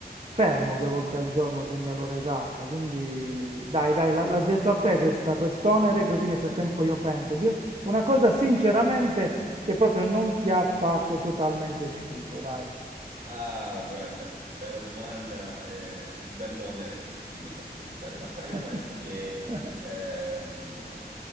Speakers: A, on the right; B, on the right.
A: fermo due volte al giorno segna l'ora esatta. Quindi dai, dai, la, la getto a te questa, quest'onere, così
B: <laughs>
A: nel frattempo io penso. Di- una cosa sinceramente che proprio non ti ha fatto totalmente schifo, dai.
B: Ah, guarda, bella domanda, eh, un bell'onere questo qui da apprezzare. Ma sai,
A: <laughs>
B: io penso che ehm,